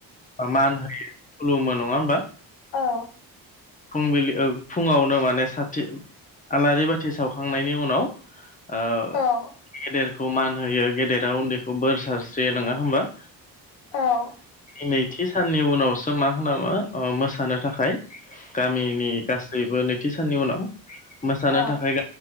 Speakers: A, on the left; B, on the left.
A: मान खुलुमो नङा होमबा?
B: औ
A: फुंबिलि फुङावनो माने साथि आलारि बाथि सावखांनायनि उनाव ओ
B: औ
A: गेदेरखौ मान होयो गेदेरा उन्दैखौ बोर सारस्रियो नङा होमबा?
B: औ
A: नैथि साननि उनावसो मा होनामो मोसानो थाखाय गामिनि गासैबो नैथि साननि उनाव मोसानो
B: औ
A: थाखाय